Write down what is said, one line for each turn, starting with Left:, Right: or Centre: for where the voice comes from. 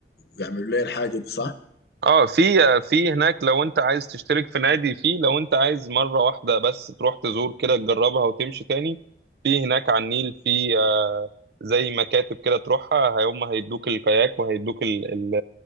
Left: ويعملوا لي الحاجة دي صح؟
Right: اه في آه، في هناك لو انت عايز تشترك في نادي فيه لو انت عايز مرة واحدة بس تروح تزور كده تجربها وتمشي تاني في هناك على النيل في آه، زي مكاتب كده تروحها هم هيدوك الكاياك وهيدوك ال- ال-